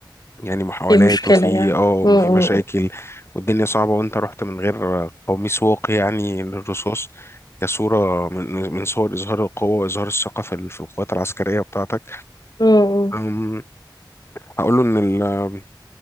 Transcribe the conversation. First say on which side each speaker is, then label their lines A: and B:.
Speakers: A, on the left (about 30°); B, on the left (about 55°).
A: يعني محاولات
B: ايه مشكلة
A: وفي
B: يعني
A: اه ما
B: م-
A: في مشاكل
B: م-
A: والدنيا صعبة وانت رحت من غير قميص واقي يعني للرصاص كصورة من من صور إظهار القوة وإظهار الثقة في ال- في القوات العسكرية بتاعتك
B: م- م- م.
A: أم، هقول له إن ال-